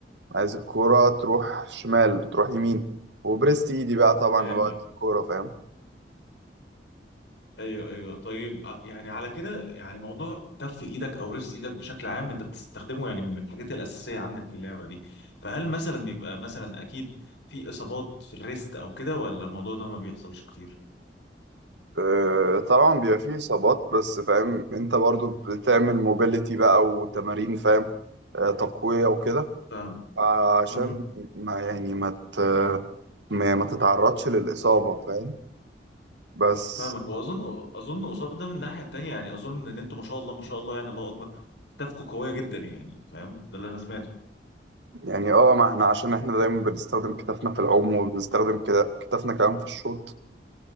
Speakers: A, on the right; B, on the left.
A: عايز الكورة تروح شمال تروح يمين وبرست ايدي بقى طبعا
B: فهمتك
A: وقت الكورة فاهم
B: ايوه ايوه طيب آه، يعني على كده يعني موضوع كف ايدك او ريست ايدك بشكل عام انت بتستخدمه يعني من الحاجات الاساسيه عندك في اللعبه دي فهل مثلا بيبقى مثلا اكيد في اصابات في الريست او كده ولا الموضوع ده ما بيحصلش كتير
A: آه، طبعا بيبقى فيه إصابات بس فاهم أنت برضو بتعمل موبيليتي بقى وتمارين فاهم آه، تقوية وكده
B: فاهم
A: عشان
B: مهم.
A: ما يعني ما ت... ما ما تتعرضش للإصابة فاهم بس
B: فاهمك واظن اظن قصاد ده من الناحيه التانيه يعني اظن ان انتوا ما شاء الله ما شاء الله يعني الله اكبر ستافكوا قويه جدا يعني فاهم ده اللي انا سمعته
A: يعني اه ما احنا عشان احنا دايما بنستخدم كتافنا في العوم وبنستخدم كده كتافنا كمان في الشوط